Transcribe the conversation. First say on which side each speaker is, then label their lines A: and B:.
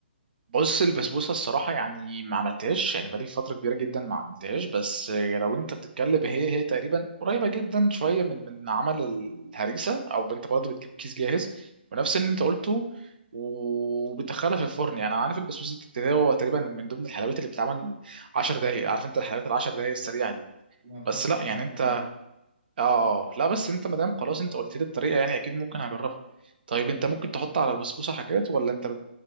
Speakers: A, on the right; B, on the right.
A: بص البسبوسه الصراحه يعني ما عملتهاش يعني بقالي فتره كبيره جدا ما عملتهاش بس لو انت بتتكلم هي هي تقريبا قريبه جدا شويه من من عمل الهريسه او انت برضه بتجيب كيس جاهز ونفس اللي انت قلته وبتدخلها في الفرن يعني انا عارف البسبوسه دي بتتساوي هو تقريبا من ضمن الحلويات اللي بتتعمل 10 دقائق عارف انت الحلويات ال 10 دقائق السريعه دي
B: وما بتاخدش
A: بس لا يعني
B: وقت
A: انت
B: دي
A: اه لا بس انت مادام خلاص انت قلت لي الطريقه يعني اكيد ممكن هجربها طيب انت ممكن تحط على البسبوسه حاجات ولا انت بت-